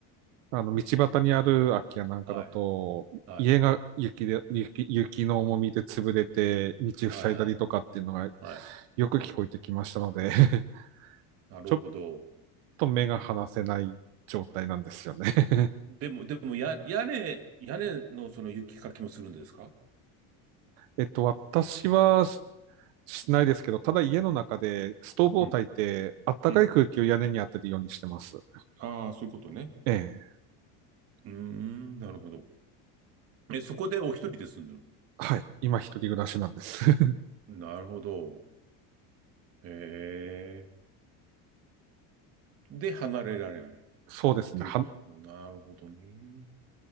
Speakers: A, on the right; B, on the right.
A: あの、道端にある空き家なんかだと、
B: はい。はい。
A: 家が雪で、雪、雪の重みで潰れて、道塞いだりとかっていうのが
B: はいはい。はい。
A: よく聞こえてきましたので <laughs>
B: なるほど。
A: ちょっと目が離せない状態なんですよね。<laughs>
B: でも、でも、や、屋根、屋根のその雪かきもするんですか
A: えっと、私はししないですけど、ただ家の中でストーブを焚いて、
B: うん。
A: あったかい空気を屋根に当てるようにしてます。
B: うん。ああ、そういうことね。
A: ええ。
B: うーん、なるほど。え、そこでお一人で住んでる。
A: はい。今一人暮らしなんです。<laughs>
B: なるほど。へえ。で、離れられない。っ
A: そうですね。
B: ていうこと。
A: は、
B: なるほどね。